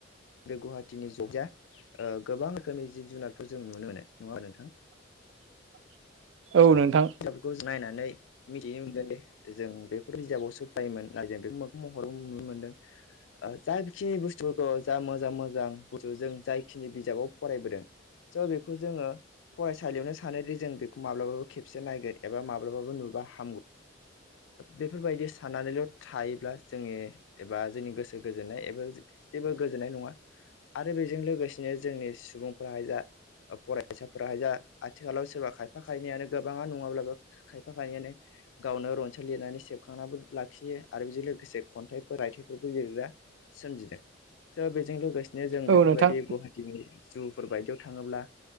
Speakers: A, on the left; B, on the right.
A: बे गुवाहाटीनि सायदजा गोबां रोखोमनि जिब जुनारफोर जों नुनो मोनो । नङा होनबा नोंथां?
B: <inaudible> औ
A: स
B: नोंथां
A: बेफोरखौ जों नायनानै मिथिनो मोनगोन दे जों बेखौ बिजाबआव सो फायोमोन ना जों बेखौ मोखां महराव नुनो मोनदों। जा बिखिनि बुस्थुफोरखौ जा मोजां मोजां बु जों जायखिनि बिजाबाव फरायबोदों स' बेखौ जोङो फरायसालियावनो सानोदि जों बेखौ माब्लाबाबो खेबसे नायगोन एबा माब्लाबाबो नुबा हामगौ बेफोरबायदि साननानैल' थायोब्ला जोनि एबा जोंनि गोसो गोजोननाय एबा जेबो गोजोननाय नङा । आरो बेजों लोगोसेनो जोंनि सुबुंफोराहाय जा फरायसाफ्रा जा आथिखालाव सोरबा खायफा खायनैानो गोबाङा नङाब्लाबो खायफा खायनैयानो गावनो रनसाय लिरनानै सेबखांनानैबो लाखियो आरो बेजों लोगोसे खन्थाइफोर रायथाइफोरबो लिरग्रा सोमजिदों स बेजों लोगोसेनो जों
B: औ
A: बेफोरबायदि
B: नोंथां
A: गुवाहाटिनि जुफोर बायदियाव थाङोब्ला